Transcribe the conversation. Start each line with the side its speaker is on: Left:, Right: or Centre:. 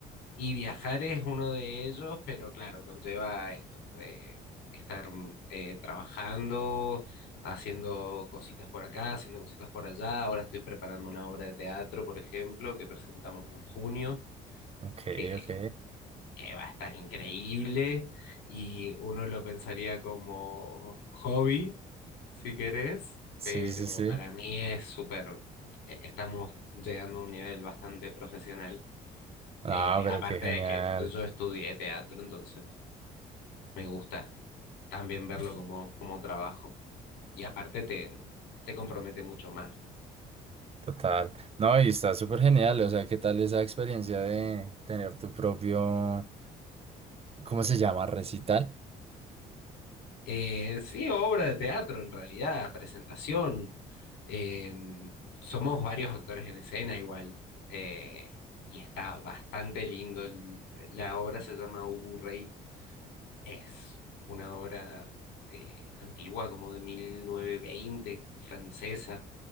Left: Y viajar es uno de ellos, pero claro, conlleva esto, de estar mm, eh, trabajando, haciendo cositas por acá, haciendo cositas por allá. Ahora estoy preparando una obra de teatro, por ejemplo, que presentamos en junio,
Right: Ok,
Left: que,
Right: ok.
Left: que va a estar increíble y uno lo pensaría como hobby, si querés,
Right: Sí,
Left: pero
Right: sí, sí.
Left: para mí es súper, e- estamos llegando a un nivel bastante profesional.
Right: Ah,
Left: Eh,
Right: pero
Left: aparte
Right: qué genial,
Left: de que yo estudié teatro, entonces me gusta también verlo como, como trabajo. Y aparte te, te compromete mucho más.
Right: total. No, y está súper genial, o sea, ¿qué tal esa experiencia de tener tu propio, ¿cómo se llama? Recital.
Left: Eh, sí, obra de teatro en realidad, presentación. Eh, somos varios actores en escena igual. eh, y está bastante lindo. el- la obra se llama Ubu Rey. Es una obra eh, antigua, como de 1920, francesa